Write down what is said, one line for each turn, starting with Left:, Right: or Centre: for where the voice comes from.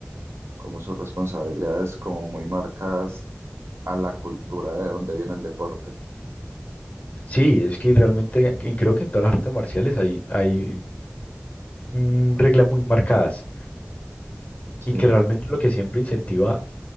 Right: como sus responsabilidades como muy marcadas a la cultura de donde viene el deporte.
Left: Sí, es que realmente que- creo que en todas las artes marciales hay, hay mm, reglas muy marcadas
Right: Sí,
Left: y que realmente lo que siempre incentiva